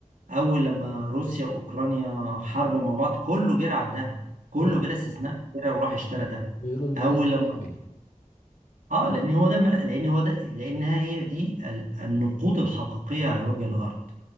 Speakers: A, on the right; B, on the left.
A: اول لما روسيا واوكرانيا حاربوا مع بعض كله جرى على الذهب كله
B: امم
A: بلا استثناء جرى وراح اشترى ده
B: بيقولوا الملاذ
A: اول
B: الامن
A: لما اه
B: مم.
A: لان هو ده الملا... لان هو ده لانها هي دي ال- النقود الحقيقيه على وجه الارض